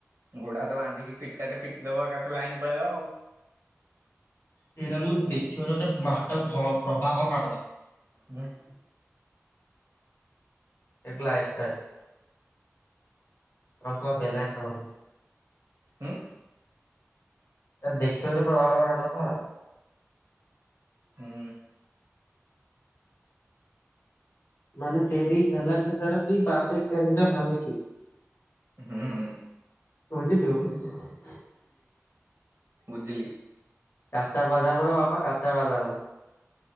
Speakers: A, on the right; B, on the left.
A: ଗୁଡା ହାତ ବାନ୍ଧିକି ପିଟା ଟେ ପିଟି ଦବା ଏକା ଥ । ଲାଇନ ପଳେଇବା ଆଉ।
B: ସେଇଟା ମୁଁ ଦେଖିବ ଗୋଟେ ମାଟ ପ୍ରଭାକର ମାଟ ।
A: ହୁଁ ।
B: ଏକଲା ଏଇଠି ଥାଏ। ରସ ବେଲା <unintelligible> ଅ
A: ହୁଁ ।
B: ଏ ଦେଖିବ ଯୋଉ ପ୍ରଭାକର ବଳ।
A: ହୁଁ ।
B: ମାନେ ତେରୀ ଝଲକ ସରଫୀ ତାପରେ ତେରୀ ଯୋ ହଲକି
A: ହୁଁ
B: । ଓ ଜି ଟୁ ।
A: ଉଜଲି ।
B: କାଚା ବାଦାମ ର ବାପା କାଚା ବାଦାମ ।